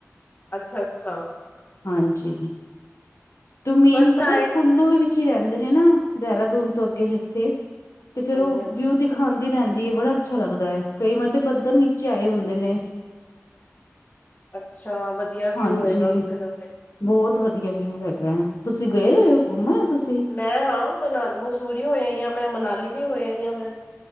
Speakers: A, on the left (about 40°); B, on the left (about 80°).
A: ਅੱਛਾ-ਅੱਛਾ
B: ਹਾਂਜੀ ਤੋ ਮੇਨ
A: ਫਸਟ
B: ਪਤਾ
A: ਟਾਈਮ
B: ਕੁੱਲੂ ਵਿੱਚ ਹੀ ਰਹਿੰਦੇ ਨੇ ਨਾ ਦੇਹਰਾਦੂਨ ਤੋਂ ਅੱਗੇ ਜਿੱਥੇ ਤੇ ਫੇਰ
A: ਹਾਂਜੀ
B: ਉਹ
A: ਹਾਂਜੀ
B: ਵਿਊ ਦੀ ਦਿਖਾਂਦੀ ਰਹਿੰਦੀ ਏ ਬੜਾ ਅੱਛਾ ਲੱਗਦਾ ਹੈ ਕਈ ਵਾਰ ਤੇ ਬੱਦਲ ਨੀਚੇ ਆਏ ਹੁੰਦੇ ਨੇ
A: ਅੱਛਾ ਵਧੀਆ ਵਿਊ
B: ਹਾਂਜੀ
A: ਹੋਏਗਾ ਉੱਥੇੇ ਦਾ ਫੇਰ
B: ਬਹੁਤ ਵਧੀਆ ਵਿਊ ਹੈਗਾ ਆ ਤੁਸੀਂ ਗਏ ਹੋਏ ਹੋ, ਘੁੰਮ ਆਏ ਔ ਤੁਸੀਂ
A: ਮੈਂ ਹਾਂ-ਹਾਂ ਮਨਾ-ਮਸੂਰੀ ਹੋ ਆਂਈ ਆਂ ਮੈਂ, ਮਨਾਲੀ ਵੀ ਹੋ ਆਈ ਆਂ ਮੈਂ